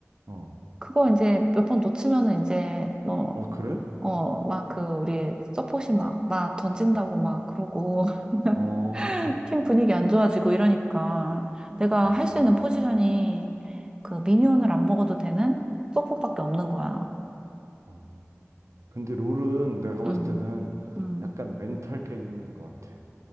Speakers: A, on the right (about 85°); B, on the right (about 15°).
A: 어.
B: 그거 이제 몇 번 놓치면은 이제 뭐,
A: 어, 그래?
B: 어, 막 그 우리 서폿이 막, 막 던진다고
A: 어,
B: 막 그러고
A: 어.
B: <laughs> 팀 분위기 안 좋아지고 이러니까 내가
A: 어.
B: 할 수 있는 포지션이 그 미니언을 안 먹어도 되는 서폿밖에 없는 거야.
A: 어. 근데 롤은 내가 봤을
B: 음,
A: 때는
B: 음.
A: 약간 멘탈 게임인 것 같아.